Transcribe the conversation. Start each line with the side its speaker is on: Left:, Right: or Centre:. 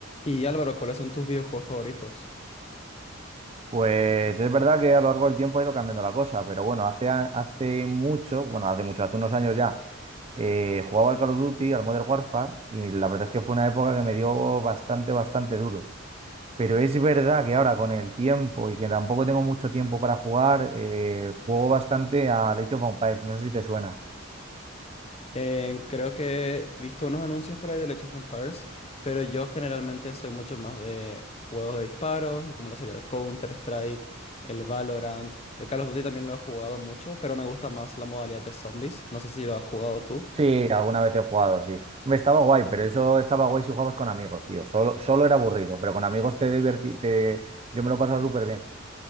Left: Y Álvaro, ¿cuáles son tus videojuegos favoritos?
Right: Pues es verdad que a lo largo del tiempo ha ido cambiando la cosa, pero bueno, hace, a- hace mucho, bueno, hace mucho, hace unos años ya, eh, jugaba al Call of Duty, al Modern Warfare, y la verdad es que fue una época que me dio bastante, bastante duro. Pero es verdad que ahora con el tiempo y que tampoco tengo mucho tiempo para jugar, eh, juego bastante al Age of Empires, no sé si te suena.
Left: Eh, creo que he visto unos anuncios por ahí de Age of Empires, pero yo generalmente soy mucho más de juegos de disparos, como lo sería el Counter-Strike, el Valorant. El Call of Duty también lo he jugado mucho, pero me gusta más la modalidad de zombies. No sé si lo has jugado tú.
Right: Sí, alguna vez he jugado, sí. Me estaba guay, pero eso estaba guay si jugabas con amigos, tío. Solo, solo era aburrido, pero con amigos te divertí, te... yo me lo pasaba súper bien.